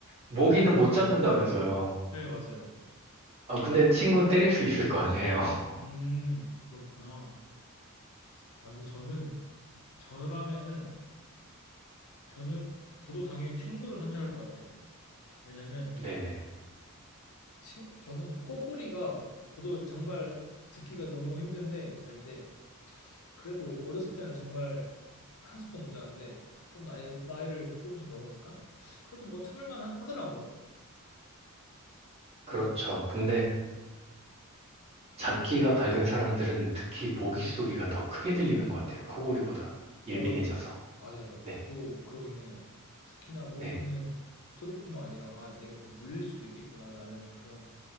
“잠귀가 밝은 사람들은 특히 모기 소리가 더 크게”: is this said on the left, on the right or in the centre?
Right